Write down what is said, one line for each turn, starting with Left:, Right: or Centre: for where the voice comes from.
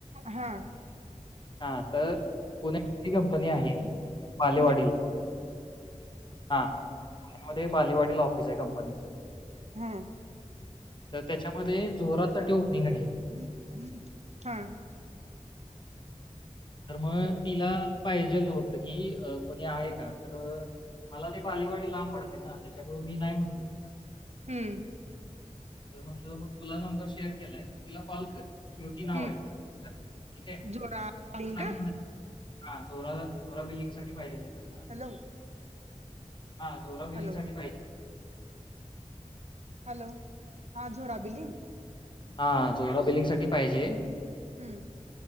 Right: हा.
Left: हा. तर, पुण्यातली कंपनी आहे बालेवाडीला.
Right: पुन्हा
Left: हा. बालेवाडीला ऑफिस आहे कंपनीच.
Right: हा
Left: तर त्याच्यामध्ये जोरासाठी ओपनिंग आहे.
Right: हम् हम्. हां.
Left: तर मग तिला पाहिजेलं होतं की कोणी आहे का? तर- मला ती बालेवाडी लांब पडते ना, त्याच्यामुळे मी नाही म्हटलो तिला.
Right: हम्म.
Left: <unintelligible> तुला नंबर शेअर केलाय तू तिला कॉल कर. श्रुती नाव
Right: हम्म
Left: आहे तिचं. ठीके.
Right: जोरा बिलिंग
Left: सांग-
Right: का
Left: हा. चोरा चोरा बिलिंग साठी पाहिजेल आहे त्यांना?
Right: हॅलो.
Left: हा जोरा बिलिंगसाठी
Right: हॅलो
Left: पाहिजेल्ये.
Right: हॅलो, हा झोराबिली.
Left: हा. हा. जोरा बिलिंग साठी पाहिजे.
Right: हम्म.